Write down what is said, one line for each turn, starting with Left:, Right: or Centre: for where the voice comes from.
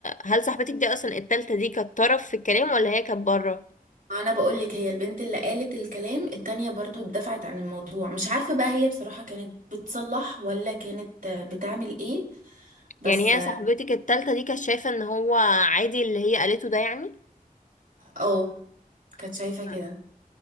Left: هل صاحبتك دي أصلا التالتة دي كانت طرف في الكلام ولا هي كانت بره
Right: انا بقول لك هي البنت اللي قالت الكلام التانية برضو اتدفعت عن الموضوع مش عارفة بقى هي بصراحة كانت بتصلح ولا كانت بتعمل ايه بس
Left: يعني هي صاحبتك التالتة دي كانت شايفة ان هو عادي اللي هي قالته ده يعني
Right: اه كانت شايفة كده
Left: مم.